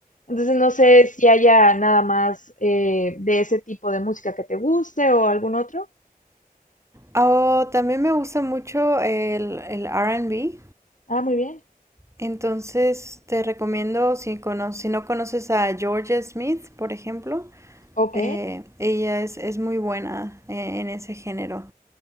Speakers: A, on the left; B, on the right.
A: Entonces no sé si haya nada más eh, de ese tipo de música que te guste o algún otro.
B: Oh, también me gusta mucho el, el R and B
A: Ah, muy bien.
B: Entonces te recomiendo si cono- si no conoces a George Smith, por ejemplo,
A: Ok.
B: Eh, ella es, es muy buena eh, en ese género.